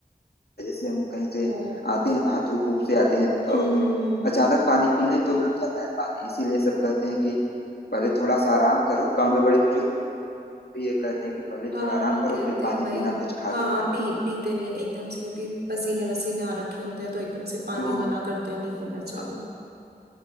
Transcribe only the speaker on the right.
ओ
हम्म
हम्म हम्म
हाँ
कहते
हैं वही
हाँ
पी पीते नहीं है एकदम से क्योंकि पसीने वसीने आ रखे होते हैं तो एकदम से पानी
मना करते हैं नहीं पीना चाहिए